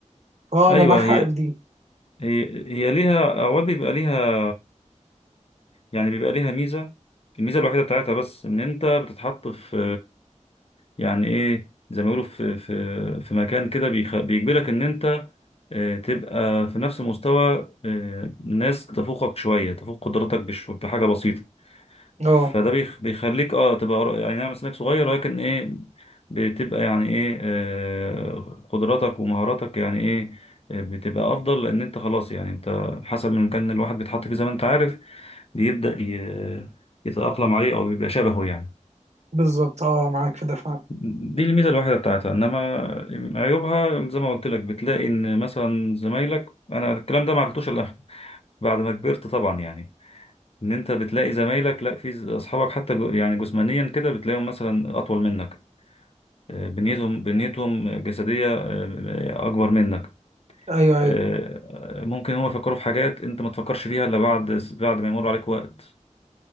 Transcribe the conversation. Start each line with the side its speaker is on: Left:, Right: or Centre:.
Right: اه
Left: ايوه
Right: انا معاك حق
Left: هي
Right: في دي
Left: هي هي ليها اوقات بيبقى ليها يعني بيبقى ليها ميزة الميزة الوحيدة بتاعتها بس ان انت بتتحط في يعني ايه زي ما بيقولوا في في في مكان كده بيخ- بيجبرك ان انت آه، تبقى في نفس مستوى آه، ناس تفوقك شويه تفوق قدراتك بش- بحاجه بسيطه
Right: اه
Left: فده بيخ- بيخليك اه تبقى قر- يعني نعم سنك صغير ولكن ايه بتبقى يعني ايه آه، قدراتك ومهاراتك يعني ايه آه، بتبقى افضل لان انت خلاص يعني انت حسب المكان اللي الواحد بيتحط فيه زي ما انت عارف بيبدأ ي- يتأقلم عليه او بيبقى شبهه يعني
Right: بالظبط اه معاك في ده فعلا
Left: دي الميزة الوحيدة بتاعتها إنما عيوبها زي ما قلت لك بتلاقي إن مثلا زمايلك أنا الكلام ده ما عرفتوش إلا <laughs> بعد ما كبرت طبعا يعني إن أنت بتلاقي زمايلك لأ في ز- أصحابك حتى جو- يعني جسمانيا كده بتلاقيهم مثلا أطول منك آه، بنيتهم بنيتهم جسدية آه، أكبر منك
Right: ايوه ايوه
Left: آه، ممكن هم يفكروا في حاجات أنت ما تفكرش فيها إلا بعد بعد ما يمر عليك وقت